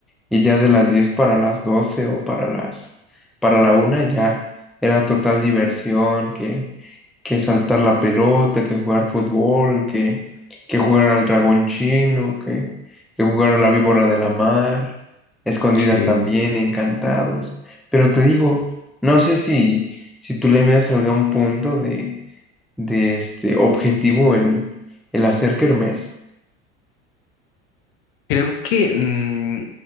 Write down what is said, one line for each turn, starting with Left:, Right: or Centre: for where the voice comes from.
Centre: Y ya de las 10 para las 12 o para las, para la una ya era total diversión, que que saltar la pelota, que jugar fútbol, que, que jugar al dragón chino, que, que jugar a la víbora de la mar, escondidas
Left: Sí.
Centre: también, encantados. Pero te digo, no sé si, si tú le veas algún punto de, de este objetivo el, el hacer kermés.
Left: Creo que, mm,